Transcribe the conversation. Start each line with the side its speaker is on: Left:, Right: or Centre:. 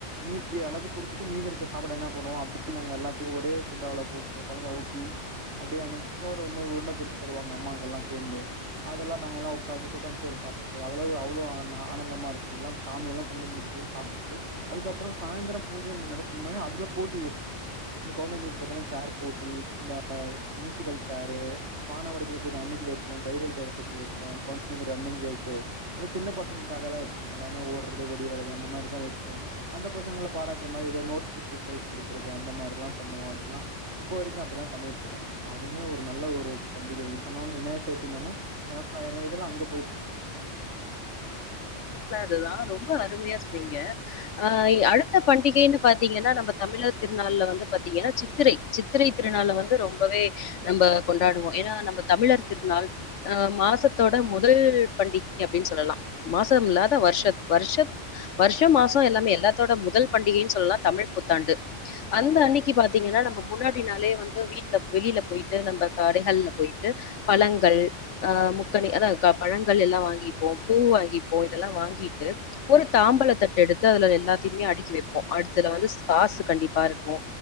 Right: மீதி எல்லாத்துக்ககு கொடுத்துட்டு மீதி இருக்க சாப்பாடு என்ன போடுவொ அப்டியே நாங்க எல்லாத்துக்கு ஒரே குண்டாவ்ல போட்டு கொழம்ப ஊத்தி அப்டியே அந்த சோறு வந்து உருண்ட புடிச் தருவாங்க அம்மாக்கெல்லா சேந்து அதெல்லா நாங்க எல்லா உட்காந்து கூட்டான் சோறு சாப்பிட்றது அதெல்லாம் ஒரு அவ்ளோ ஆனந்தமா இருப்போ எல்லா சாமிய எல்லாம் கும்பிட்டு முடிச்சுட்டு சாப்பிட்டு அதுக்கப்புறம் சாயந்தரம் பூஜை நடத்துரதுக்கு முன்னாடி அதுல போட்டி வைப்போம் அந்த கெழந்தைங்களுக்கு பாத்தீங்கன்னா சேர் போட்டி அந்த மியூசிக்கல் சேரு பான உடைக்கிற போட்டி அன்னைக்கி வைப்போ கையிறு இழுக்குறபோட்டி வைப்போ கொழந்தைங்க ரன்னிங் ரேஸு அது சின்ன பசங்கக்காக தா வைபாபோ எல்லாமே ஓடுறது ஓடி வர்றது அந்த மாரி தா வைப்போ அந்த பசங்கள பாராட்டுற மாரி ஏதோ நோட் புக் ப்ரைஸ் கொடுக்குறது அந்த மாதிரிலா பண்ணுவோ இப்டிலா இப்போ வரைக்கு அப்டிதா பண்ணிட்டுருக்கோ ஸோ அதுவுமே ஒரு நல்ல ஒரு பண்டிகை நீங்க சொன்னோடன்னே விநாயக சதுதின உனே என்னோட இதெல்லா அங்க போயிடுச்சு
Left: துதான் ரொம்ப அருமையா சொன்னீங்க அஹ் அடுத்த பண்டிகைன்னு பாாரத்தீங்கன்னா நம்ம தமிழர் திருநாள்ல வந்து பாத்தீங்கன்னா சித்திரை சித்திரை திருநாள்ல வந்து ரொம்பவே நம்ம கொண்டாடுவோம் ஏன்னா நம்ம தமிழர் திருநாள் அஹ் மாசத்தோட முதல் பண்டிகை அப்டின்னு சொல்லலா மாசம் இல்லாத வருஷத் வருஷத் வருஷம் மாசம் எல்லாமே எல்லாத்தோட முதல் பண்டிகைன்னு சொல்லலா தமிழ் புத்தாண்டு அந்த அன்னிக்கு பாத்தீங்கன்னா நம்ம முன்னாடி நாளே வந்து வீட்டுல வெளியில போயிட்டு நம்ப கடைகள்ல போயிட்டு பழங்கள் அஹ் முக்கணி அதா க பழங்கள் எல்லா வாங்கி போ பூ வாங்கிப்போ இதெல்லா வாங்கிட்டு ஒரு தாம்பல தட்டு எடுத்து அதுல எல்லாத்தையுமே அடிக் வைப்போ அடுத்துல வந்து காசு கண்டிப்ப இரு